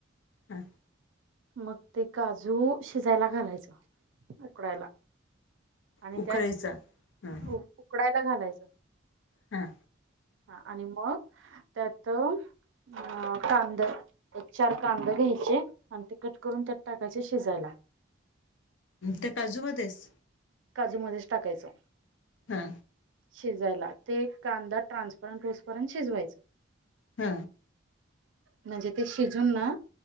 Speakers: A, on the left; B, on the right.
A: हा
B: मग ते काजू शिजायला घालायचं उकडायला आणि
A: उकळायचा
B: त्यात
A: हा
B: उकडायला घालायचं
A: हा
B: हा आणि मग त्यात अ कांदा एक चार कांद घ्यायचे आण ते कट करून त्यात टाकाचे शिजायला
A: त्या काजूमध्ध्येच
B: काजूमध्येच टाकायचं
A: हा.
B: शिजायला ते कांदा ट्रान्सपरंट रूस परंट शिजवायच
A: ह
B: म्हणजे ते शिजून ना,